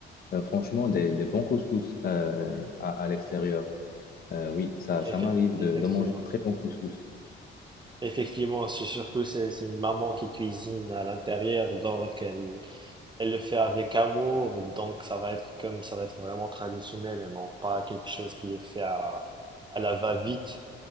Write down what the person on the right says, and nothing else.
effe-
effectivement.
Effectivement, c'est surtout c'est c'est une maman qui cuisine à l'intérieur, donc elle Elle le fait avec amour, donc ça va être comme ça va être vraiment traditionnel et non pas quelque chose qui est fait à, à la va-vite.